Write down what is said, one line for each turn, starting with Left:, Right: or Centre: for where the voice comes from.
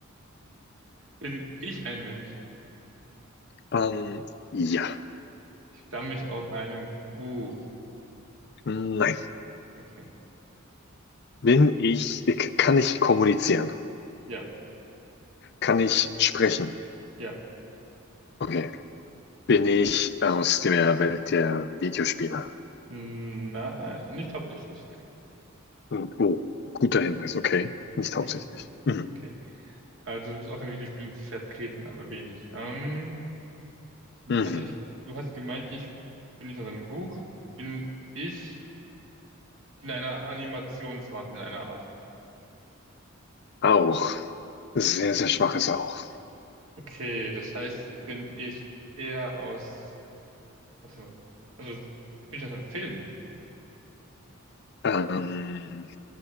Right: Bin ich ein Mensch?
Left: Ähm, ja.
Right: Stamme ich aus einem Buch.
Left: Nein.
Right: Okay.
Left: Bin ich, ich, kann ich kommunizieren?
Right: Ja,
Left: Kann ich sprechen?
Right: ja.
Left: Okay. Bin ich aus der Welt der Videospiele?
Right: Nein, nicht hauptsächlich.
Left: Hm, Oh, guter Hinweis, okay. Nicht hauptsächlich.
Right: Okay,
Left: Mhm.
Right: okay. Also du bist auch in Videospielen vertreten, aber wenig. Ähm,
Left: Mhm.
Right: also ich, du hast gemeint, ich bin nicht aus einem Buch, bin ich in einer Animation vorhanden, in einer Art.
Left: Auch. Sehr, sehr schwaches Auch.
Right: Okay, das heißt, bin ich eher aus, also, also bin ich aus einem Film?
Left: Ähm,